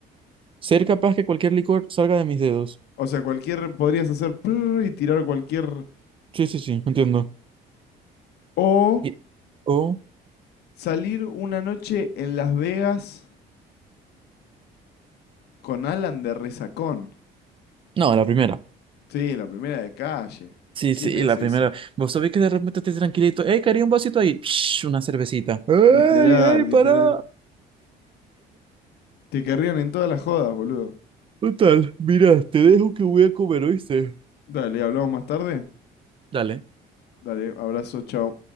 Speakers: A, on the right; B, on the left.
A: Ser capaz que cualquier licor salga de mis dedos.
B: O sea, cualquier, podrías hacer prrr y tirar cualquier...
A: Sí, sí, sí, entiendo.
B: O
A: Y- O...
B: salir una noche en Las Vegas con Alan de Resacón.
A: No, la primera.
B: Sí, la primera de calle.
A: Sí,
B: ¿Quién
A: sí,
B: es
A: la
B: ese?
A: primera. Vos sabés que de repente estés tranquilito. ¡Ey, quería un vasito ahí! Psh, una cervecita. ¡Ey,
B: Literal,
A: ey,
B: literal.
A: pará!
B: Te querrían en todas las jodas, boludo.
A: Total, mira, te dejo que voy a comer, ¿oíste?
B: Dale, hablamos más tarde.
A: Dale.
B: Dale, abrazo, chao.